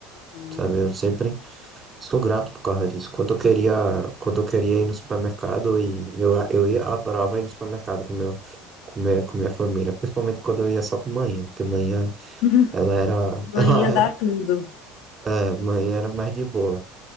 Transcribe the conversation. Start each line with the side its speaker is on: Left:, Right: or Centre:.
Left: uhum.
Right: sabe? Eu sempre sou grato por causa disso. Quando eu queria, quando eu queria ir no supermercado e eu, eu ia, adorava ir no supermercado com meu, com minha, com minha família, principalmente quando eu ia só com manhã, porque manhã
Left: <laughs>
Right: ela era, <laughs>
Left: Manhã
Right: ela,
Left: dá tudo.
Right: é, mãe era mais de boa.